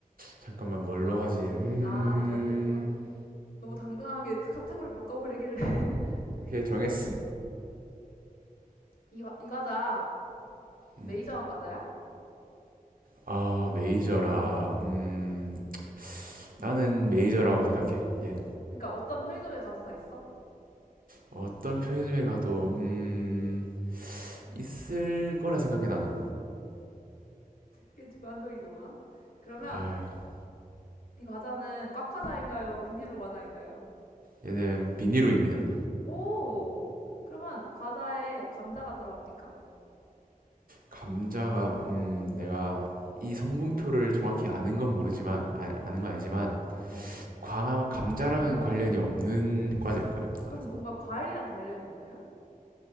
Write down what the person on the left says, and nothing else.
어.
아 아직 안 정했구나. 너무 당당하게 카테고리 바꿔버리길래. <laughs>
이, 과- 이 과자 메이저한
과자야?
그러니까 어떤 편의점에 가도 다 있어?
꽤 주관적이구만. 그러면
이 과자는 꽉 과자인가요? 비닐로 과자인가요?
오! 그러면 과자에 감자가 들어갑니까?
음, 음,
음, 음, 음.
그럼 뭔가 과일이랑 관련 있나요?